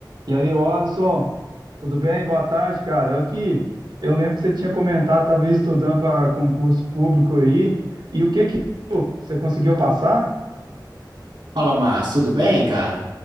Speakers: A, on the right (about 70°); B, on the right (about 85°).
A: E aí, ô Alisson, tudo bem? Boa tarde, cara. Eu aqui, eu lembro que você tinha comentado, estava estudando para concurso público aí. E o que que você conseguiu passar?
B: Fala, Márcio, tudo bem, cara?